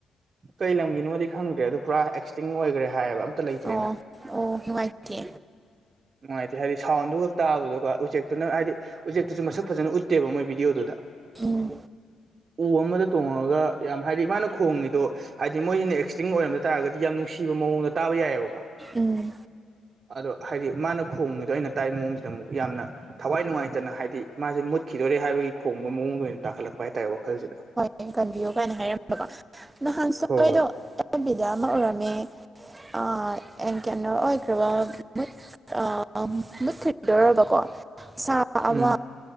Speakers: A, on the right; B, on the right.
A: ꯀꯩ ꯂꯝꯒꯤꯅꯣꯗꯤ ꯈꯪꯗ꯭ꯔꯦ ꯑꯗꯣ ꯄꯨꯔꯥ ꯑꯦꯛꯁꯇꯤꯡ ꯑꯣꯏꯈ꯭ꯔꯦ ꯍꯥꯏꯌꯦꯕ ꯑꯝꯇ ꯂꯩꯇ꯭ꯔꯦꯅ
B: ꯑꯣ ꯑꯣ ꯅꯨꯡꯉꯥꯏꯇꯦ
A: ꯅꯨꯡꯉꯥꯏꯇꯦ ꯍꯥꯏꯗꯤ ꯁꯥꯎꯟꯗꯨ ꯈꯛ ꯇꯥꯕꯗꯣ ꯎꯆꯦꯛꯇꯨꯅ ꯍꯥꯏꯗꯤ ꯎꯆꯦꯛꯇꯨꯁꯨ ꯃꯁꯛ ꯐꯖꯅ ꯎꯠꯇꯦꯕ ꯃꯣꯏ ꯚꯤꯗꯤꯑꯣꯗꯨꯗ
B: ꯎꯝ
A: ꯎ ꯑꯃꯗ ꯇꯣꯡꯉꯒ ꯌꯥꯝ ꯍꯥꯏꯗꯤ ꯃꯥꯅ ꯈꯣꯡꯉꯤꯗꯣ ꯍꯥꯏꯗꯤ ꯃꯣꯏꯁꯤꯅ ꯑꯦꯛꯁꯇꯤꯡ ꯑꯣꯏꯔꯝꯗ ꯇꯥꯔꯒꯗꯤ ꯌꯥꯝ ꯅꯨꯡꯁꯤꯕ ꯃꯑꯣꯡꯗ ꯇꯥꯕ ꯌꯥꯏꯌꯦꯕꯀꯣ
B: ꯎꯝ
A: ꯑꯗꯣ ꯍꯥꯏꯗꯤ ꯃꯥꯅ ꯈꯣꯡꯉꯤꯗꯣ ꯑꯩꯅ ꯇꯥꯏ ꯃꯑꯣꯡꯁꯤꯗ ꯑꯃꯨꯛ ꯌꯥꯝꯅ ꯊꯋꯥꯏ ꯅꯨꯡꯉꯥꯏꯇꯅ ꯍꯥꯏꯗꯤ ꯃꯥꯁꯦ ꯃꯨꯠꯈꯤꯗꯣꯔꯦ ꯍꯥꯏꯕꯒꯤ ꯈꯣꯡꯕ ꯃꯑꯣꯡꯗꯣ ꯑꯣꯏꯅ ꯇꯥꯈꯠꯂꯛꯄ ꯍꯥꯏꯇꯥꯔꯦ ꯋꯥꯈꯜꯁꯤꯗ
B: ꯍꯣꯏ ꯀꯟꯕꯤꯌꯨ ꯀꯥꯏꯅ ꯍꯥꯏꯔꯝꯕꯀꯣ ꯅꯍꯥꯟꯁꯨ
A: ꯍꯣꯏ
B: ꯑꯩꯗꯣ
A: ꯍꯣꯏ
B: ꯑꯦꯕ ꯕꯤꯗ ꯑꯃ ꯎꯔꯝꯃꯦ ꯑꯥ ꯑꯦꯡ ꯀꯩꯅꯣ ꯑꯣꯏꯈ꯭ꯔꯕ ꯃꯨꯠ ꯑꯥ ꯃꯨꯠꯈꯤꯗꯣꯔꯕꯀꯣ ꯁꯥ
A: ꯎꯝ
B: ꯑꯃ